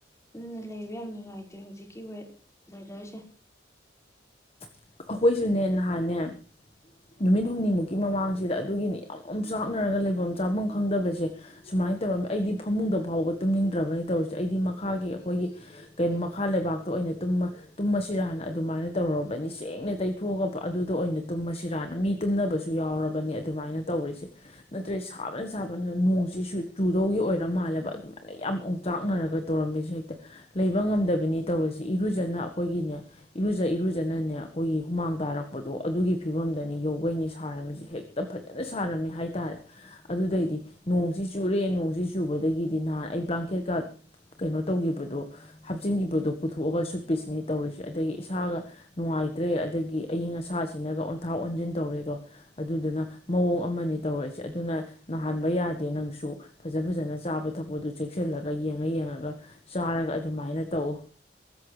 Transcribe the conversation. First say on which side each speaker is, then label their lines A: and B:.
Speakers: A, on the left; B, on the left.
A: ꯑꯗꯨꯅ ꯂꯩꯕ ꯌꯥꯝ ꯅꯨꯡꯉꯥꯏꯇꯦ ꯍꯧꯖꯤꯛ ꯀꯤꯋꯦꯠ ꯋꯦꯗꯔꯁꯦ
B: ꯑꯩꯈꯣꯏꯁꯨꯅꯦ ꯅꯍꯥꯟꯅꯦ ꯅꯨꯃꯤꯠ ꯍꯨꯝꯅꯤꯃꯨꯛꯀꯤ ꯃꯃꯥꯡꯁꯤꯗ ꯑꯗꯨꯒꯤꯅꯤ ꯌꯥꯝꯝ ꯆꯥꯛꯅꯔꯒ ꯂꯩꯐꯝ ꯆꯥꯐꯝ ꯈꯪꯗꯕꯁꯦ ꯁꯨꯃꯥꯏꯅ ꯇꯧꯔꯝꯃꯤ ꯑꯩꯗꯤ ꯐꯃꯨꯡꯗ ꯐꯥꯎꯕ ꯇꯨꯝꯅꯤꯡꯗ꯭ꯔꯕꯅꯤ ꯇꯧꯔꯤꯁꯦ ꯑꯩꯗꯤ ꯃꯈꯥꯒꯤ ꯑꯩꯈꯣꯏꯒꯤ ꯀ ꯃꯈꯥ ꯂꯩꯕꯥꯛꯇ ꯑꯣꯏꯅ ꯇꯨꯝꯃꯁꯤꯔꯥꯟꯅ ꯑꯗꯨꯃꯥꯏꯅ ꯇꯧꯔꯔꯕꯅꯤ ꯁꯦꯡ ꯇꯛꯅ ꯇꯩꯊꯣꯛꯑꯒꯕ ꯑꯗꯨꯗ ꯑꯣꯏꯅ ꯇꯨꯝꯃꯁꯤꯔꯅ ꯃꯤ ꯇꯨꯝꯅꯕꯁꯨ ꯌꯥꯎꯔꯕꯅꯤ ꯑꯗꯨꯃꯥꯏꯅ ꯇꯧꯔꯤꯁꯦ ꯅꯠꯇ꯭ꯔꯦ ꯁꯥꯕꯅ ꯁꯥꯕꯅ ꯅꯣꯡꯁꯤꯁꯨ ꯆꯨꯗꯧꯒꯤ ꯑꯣꯏꯔ ꯃꯥꯜꯂꯦꯕ ꯑꯗꯨꯃꯥꯏꯅ ꯌꯥꯝ ꯑꯣꯡꯆꯥꯛꯅꯔꯒ ꯇꯧꯔꯝꯃꯤꯁꯦ ꯍꯦꯛꯇ ꯂꯩꯕ ꯉꯝꯗꯕꯅꯤ ꯇꯧꯔꯤꯁꯦ ꯏꯔꯨꯖꯅ ꯑꯩꯈꯣꯏꯒꯤꯅꯦ ꯏꯔꯨꯖ ꯏꯔꯨꯖꯅꯅꯦ ꯑꯩꯈꯣꯏꯒꯤ ꯍꯨꯃꯥꯡ ꯇꯥꯔꯛꯄꯗꯣ ꯑꯗꯨꯒꯤ ꯐꯤꯕꯝꯗꯅꯤ ꯌꯧꯕꯩꯅꯤ ꯁꯥꯔꯝꯃꯤꯁꯤ ꯍꯦꯛꯇ ꯐꯖꯅ ꯁꯥꯔꯝꯃꯤ ꯍꯥꯏꯇꯥꯔꯦ ꯑꯗꯨꯗꯩꯗꯤ ꯅꯣꯡꯁꯤ ꯆꯨꯔꯦ ꯅꯣꯡꯁꯤ ꯆꯨꯕꯗꯒꯤꯗꯤ ꯅꯍꯥꯟ ꯑꯩ ꯕ꯭ꯂꯥꯡꯀꯦꯠꯀ ꯀꯩꯅꯣ ꯇꯧꯈꯤꯕꯗꯣ ꯍꯥꯞꯆꯤꯟꯈꯤꯕꯗꯣ ꯄꯨꯊꯣꯛꯑꯒ ꯁꯨꯞꯄꯤꯁꯤꯅꯤ ꯇꯧꯔꯤꯁꯦ ꯑꯗꯒꯤ ꯏꯁꯥꯒ ꯅꯨꯡꯉꯥꯏ ꯇ꯭ꯔꯦ ꯑꯗꯒꯤ ꯑꯏꯤꯡ ꯑꯁꯥꯁꯤꯡꯅꯒ ꯑꯣꯟꯊꯥ ꯑꯣꯟꯁꯤꯟ ꯇꯧꯔꯦꯗꯣ ꯑꯗꯨꯗꯨꯅ ꯃꯑꯣꯡ ꯑꯃꯅꯤ ꯇꯧꯔꯛꯏꯁꯦ ꯑꯗꯨꯅ ꯅꯥꯍꯟꯕ ꯌꯥꯗꯦ ꯅꯪꯁꯨ ꯐꯖ ꯐꯖꯅ ꯆꯥꯕ ꯊꯛꯄꯗꯨ ꯆꯦꯛꯁꯤꯜꯂꯒ ꯌꯦꯡꯉ ꯌꯦꯡꯉꯒ ꯆꯥꯔꯒ ꯑꯗꯨꯃꯥꯏꯅ ꯇꯧꯎ